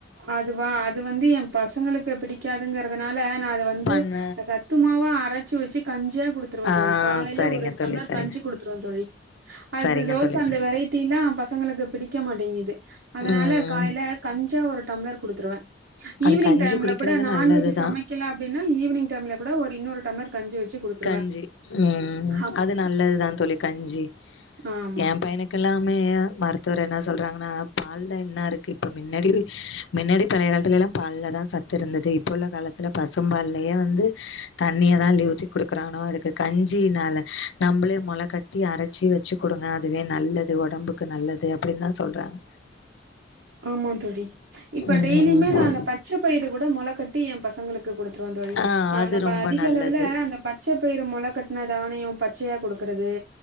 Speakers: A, on the right; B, on the left.
A: அதுவா அது வந்து என் பசங்களுக்கு பிடிக்காதுங்கிறதுனால நான் அத வந்து
B: பண்ண
A: சத்துமாவா அரைச்சு வச்சு கஞ்ச குடுத்துருவோம்
B: ஆ
A: தோழி காலையில
B: சரிங்க
A: ஒரு
B: தோழி
A: டம்ளர்
B: சரிங்க
A: கஞ்சி குடுத்துருவோம் தோழி அது
B: சரிங்க
A: தோசை
B: தோழி
A: அந்த
B: ச
A: வெரைட்டி எல்லாம் பசங்களுக்கு பிடிக்க மாட்டேங்குது அதனால
B: ம்
A: காலையில கஞ்சா ஒரு டம்ளர் கொடுத்துருவேன்
B: அது
A: ஈவினிங்
B: கஞ்சி
A: டைம்ல
B: குடிக்கிறது
A: கூட நான்வெஜ்
B: நல்லதுதா
A: சமைக்க ல அப்படின்னா ஈவினிங் டைம்ல கூட ஒரு இன்னொரு டம்ளர் கஞ்சி வச்சு குடுத்துருவே
B: கஞ்சி ம்
A: ஆமா
B: அது நல்லதுதான் தோழி கஞ்சி
A: ஆமா
B: என் பையனு கெல்லாமே மருத்துவர் என்ன சொல்றாங்கன்னா பால்ல என்ன இருக்கு இப்ப மின்னாடி மின்னாடி பழைய காலத்துலலாம் பால்ல தான் சத்து இருந்தது இப்போ உள்ள காலத்தில பசும் பால்லயா வந்து தண்ணிய தான் லிவ் குடுக்குறானோ அதுக்கு கஞ்சினால நம்மளே மொள கட்டி அரைச்சி வச்சு குடுங்க அதுவே நல்லது உடம்புக்கு கு நல்லது அப்படின்னு தான் சொல்றாங்க
A: ஆமா தோழி இப்ப
B: ம்
A: டெய்லியுமே நான் அந்த பச்சை பயிற கூட மொள கட்டி என் பசங்களுக்கு கொடுத்து ருவேன் தோழி
B: ஆ அது
A: நம்ம
B: ரொம்ப
A: அதிக
B: நல்லது
A: அளவுல அந்த பச்சை பச்சை பயிர மொள கட்டினா தானியம் பச்சையா கொடுக்குறது